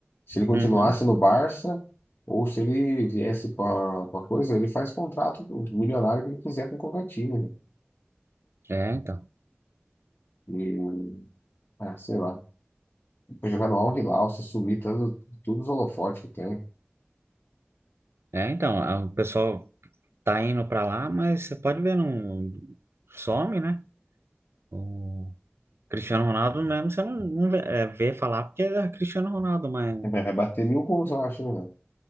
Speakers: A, on the left; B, on the right.
A: Se ele continuasse
B: Uhum.
A: no Barça, ou se ele viesse para coisa, ele faz contrato milionário que ele quiser com qualquer time. né?
B: É, então.
A: E, ah, sei lá. Foi jogar no Al Hilal, se sumir, todos, todos os holofotes que tem.
B: É, então, o pessoal tá indo pra lá, mas você pode ver, não some, né? O Cristiano Ronaldo mesmo, você não, não vê, é, vê falar porque é Cristiano Ronaldo, mas
A: Vai vai bater mil gols, eu acho, né, velho?